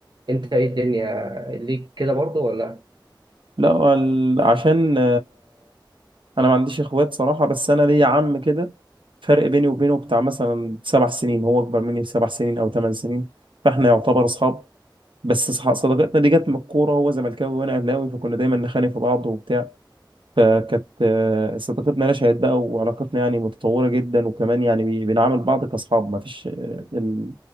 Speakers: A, on the right; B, on the right.
A: انت ايه الدنيا ليك كده برضه ولا
B: لا وال- عشان انا ما عنديش اخوات صراحه بس انا ليا عم كده فرق بيني وبينه بتاع مثلا سبع سنين هو اكبر مني بسبع سنين او ثمان سنين فاحنا يعتبر اصحاب بس صح- صداقتنا دي جت من الكوره هو زملكاوي وانا اهلاوي فكنا دايما نخانق في بعض وبتاع فكانت آه، صداقتنا نشأت بقى وعلاقتنا يعني متطوره جدا وكمان يعني بي- بنعامل بعض كاصحاب ما فيش آه، ال-